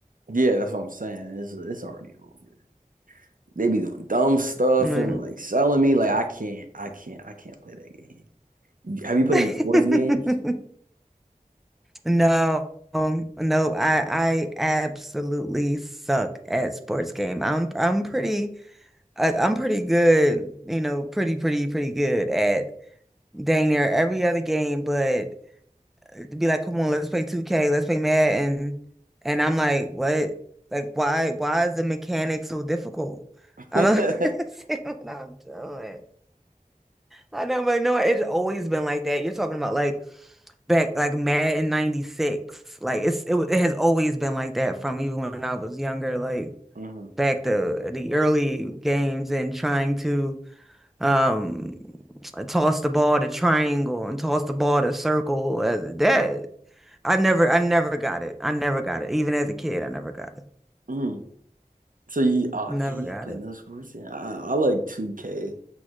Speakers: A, on the right; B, in the centre.
A: Yeah, that's what I'm saying. It's it's already over. They be doing dumb stuff
B: Mm.
A: and like selling me. Like I can't, I can't, I can't play that game. Have you played
B: <laughs>
A: any sports games?
B: No, um, no, I I absolutely suck at sports game. I'm I'm pretty I, I'm pretty good, you know, pretty pretty pretty good at dang near every other game, but to be like, come on, let's play 2K, let's play Mad, and and I'm like, what? Like, why why is the mechanic so difficult?
A: <laughs>
B: I don't <laughs> see what I'm doing. I know, but no, it's always been like that. You're talking about like back like Mad in '96. Like it's it, wa- it has always been like that from even when I was younger. Like
A: Mhm.
B: back to the early games and trying to um toss the ball to triangle and toss the ball to circle uh, that I never I never got it I never got it even as a kid I never got it
A: Mhm. So you, oh
B: never
A: dang, you
B: got
A: play
B: it
A: no sports? Yeah, I, I like 2K.